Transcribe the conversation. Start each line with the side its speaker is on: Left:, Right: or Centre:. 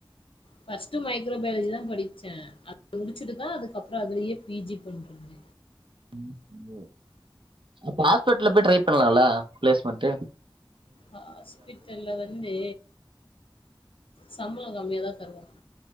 Left: ஃபர்ஸ்ட்டு மைக்ரோபயாலஜி தா படிச்சே அது முடிச்சுட்டுதா அதுக்கப்புறோ அதுலேயே பி ஜி பண்ட்ருக்க
Right: ம் ஒ அப்ப ஹாஸ்பிட்டல்ல போய் ட்ரை பண்லால பிளேஸ்மெண்ட்டு
Left: ஹாஸ்பிட்டல்ல வந்து சம்பள கம்மியாாதா தருவாங்க